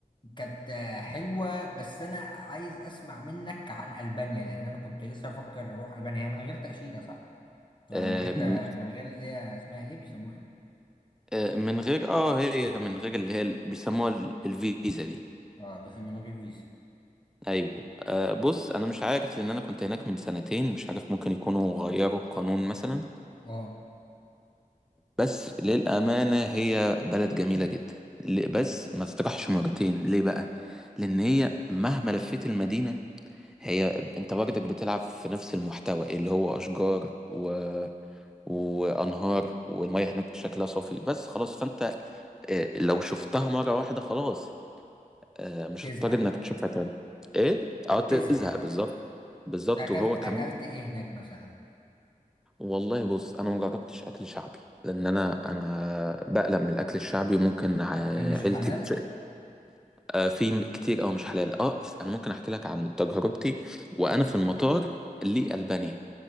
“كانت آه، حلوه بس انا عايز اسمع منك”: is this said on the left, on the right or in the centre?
Left